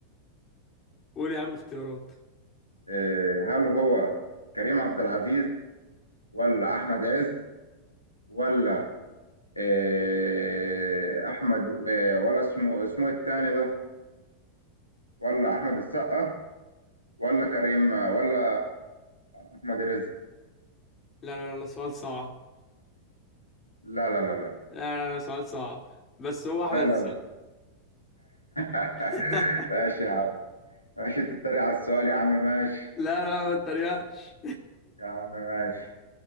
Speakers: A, on the left (about 25°); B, on the left (about 85°).
A: قول يا عم اختيارات
B: إيه، هل هو كريم عبد العزيز ولا احمد عز ولا آه، احمد آه، ولا اسمه اسمه التاني ده ولا احمد السقا ولا كريم آه، ولا احمد رزق
A: لا لا لا لا، سؤال صعب
B: لا لا لا لا
A: لا لا لا سؤال صعب بس هو
B: لا
A: احمد السقا.
B: لا لا <laughs>
A: <laughs>
B: ماشي يا عم ماشي انت بتتريق على السؤال يا عم ماشي
A: لا لا ما تتريقش
B: يا عم ماشي